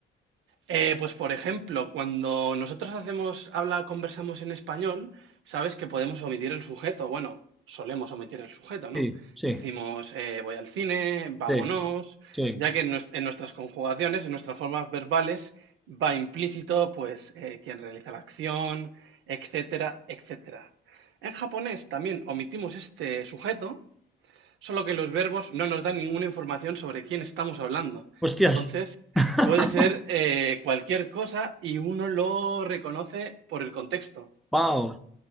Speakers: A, on the right (about 85°); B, in the centre.
A: Eh, pues por ejemplo, cuando nosotros hacemos, habla, conversamos en español, sabes que podemos omitir el sujeto. Bueno, solemos omitir el sujeto, ¿no?
B: Sí, sí,
A: Decimos, eh, voy al cine, vámonos,
B: sí, sí.
A: ya que en, nues- en nuestras conjugaciones, en nuestras formas verbales, va implícito, pues, eh, quien realiza la acción, etcétera, etcétera. En japonés también omitimos este sujeto, Solo que los verbos no nos dan ninguna información sobre quién estamos hablando.
B: Hostias.
A: Entonces,
B: <laughs>
A: puede ser eh, cualquier cosa y uno lo reconoce por el contexto.
B: Wow.